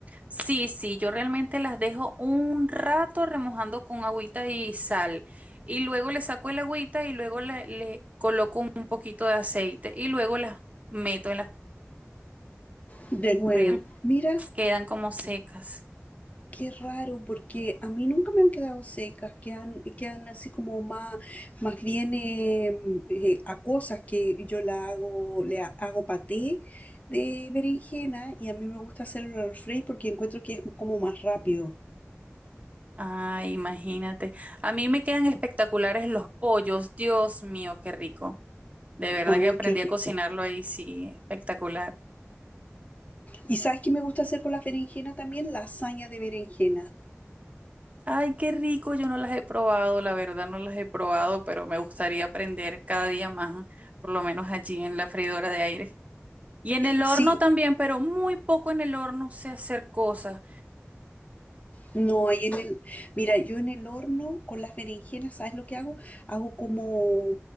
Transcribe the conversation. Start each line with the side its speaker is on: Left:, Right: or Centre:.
Right: Sí, sí, yo realmente las dejo un rato remojando con agüita y sal. Y luego le saco el agüita y luego le, le coloco un poquito de aceite. Y luego las meto en la
Left: De nuevo,
Right: freidora.
Left: mira,
Right: Quedan como secas.
Left: Qué raro, porque a mí nunca me han quedado secas, quedan, quedan así como más, más bien eh, eh, acuosas que yo la hago, le ha- hago paté de berenjena y a mí me gusta hacerlo al fray porque encuentro que es como más rápido.
Right: Ay, imagínate. A mí me quedan espectaculares los pollos. Dios mío, qué rico. De verdad
Left: ¡Ay,
Right: que aprendí
Left: qué rico!
Right: a cocinarlo ahí, sí, espectacular.
Left: ¿Y sabes qué me gusta hacer con las berenjenas también? Lasaña de berenjena.
Right: Ay, qué rico, yo no las he probado, la verdad no las he probado, pero me gustaría aprender cada día más, por lo menos allí en la freidora de aire. Y en el horno
Left: Sí,
Right: también, pero muy poco en el horno sé hacer cosas.
Left: No, ahí en el, mira, yo en el horno con las berenjenas, ¿sabes lo que hago? Hago como,